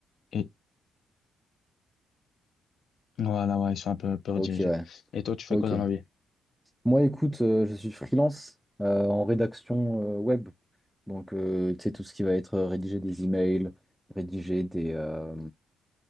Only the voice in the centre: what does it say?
Ok, ouais,
ok.
Moi, écoute, euh, je suis freelance euh, en rédaction euh, web. Donc, euh, tu sais, tout ce qui va être euh, rédiger des emails, rédiger des, euh,